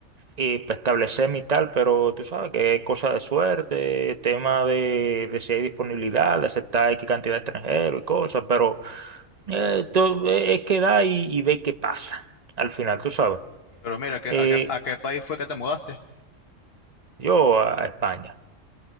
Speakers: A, on the right (about 35°); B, on the left (about 50°).
A: eh, para establecer mi tal, pero tú sabes que es cosa de suerte, tema de, de si hay disponibilidad, de aceptar X cantidad de extranjeros y cosas, pero eh, to- es quedar y, y ver qué pasa al final, tú sabes.
B: Pero mira, ¿qué-
A: Eh,
B: ¿a qué, a qué país fue que te mudaste?
A: Yo a a España.